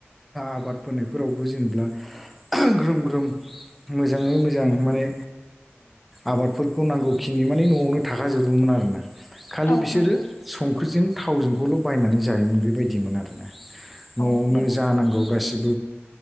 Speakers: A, in the centre; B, on the left (about 65°).
A: आबाद फोननायफोरावबो जेनेबा ग्रोम ग्रोम मोजाङै मोजां माने आबादफोरखौ नांगौ खिनि माने न'आवनो थाखाजोबोमोन आरोना खालि
B: औ
A: बिसोरो
B: नंगौ
A: संख्रिजों थावजोंखौल' बायनानै जायोमोन बेबायदिमोन आरोना नआवनो
B: औ नंगौ नोंथां
A: जानांगौ गासिबो